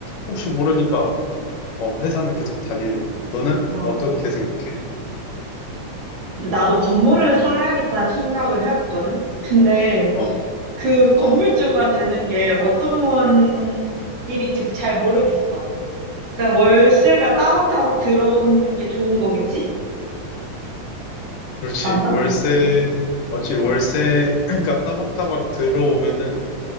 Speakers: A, on the left (about 85°); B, on the right (about 60°).
A: 혹시 모르니까 어 회사는 계속 다니려고. 너는
B: 어,
A: 어떻게 생각해?
B: 나도 건물을 사야겠다는 생각을 해봤거든? 근데
A: 어,
B: 그 건물주가
A: 어,
B: 되는 게 어떤 일인지 잘 모르겠어. 그러니까 월세가 따박따박 들어오는 게 좋은 거겠지?
A: 그렇지.
B: 맞나?
A: 월세 맞지? 월세가
B: 응,
A: <laughs> 따박따박 들어오면은